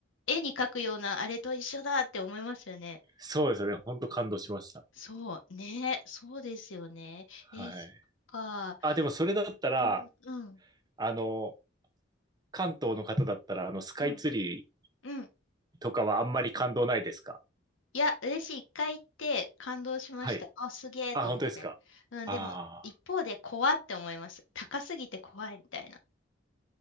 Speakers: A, on the left; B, on the right.
A: 絵に描くようなあれと一緒だって思いますよね。
B: そうですよね、本当感動しました。
A: そう、ね、そうですよね。
B: はい。
A: え、そっか。
B: あ、でもそれだったら、
A: え、うん、うん、
B: あの、関東の方だったら、あの、スカイツリー
A: うん、うん。
B: とかはあんまり感動ないですか
A: いや、嬉しい。一回行って感動しました。
B: はい。
A: あ、すげえと思って。
B: あ、本当ですか。
A: うん、
B: あ
A: でも、一方で怖って思います。高すぎて怖いみたいな。